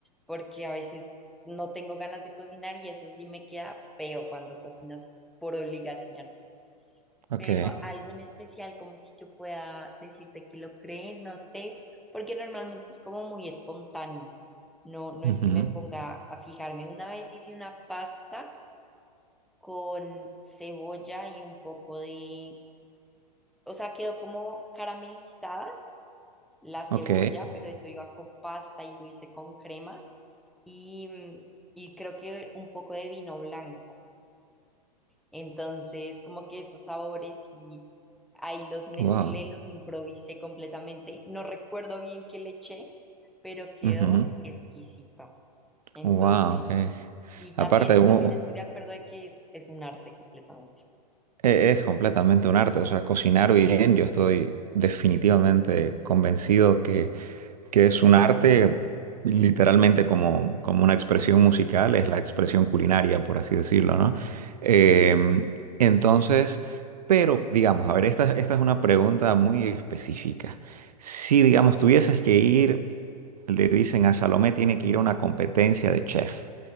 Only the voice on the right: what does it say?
ok,
ujú,
ok,
wow,
ujú,
wow, ok.
Aparte, u-
e- es completamente un arte, o sea, cocinar bien, yo estoy definitivamente convencido que que es un arte literalmente como, como una expresión musical, es la expresión culinaria, por así decirlo, ¿no? Eh,
entonces, pero digamos, a ver, esta, esta es una pregunta muy específica. Si, digamos, tuvieses que ir, le dicen a Salomé, tiene que ir a una competencia de chef.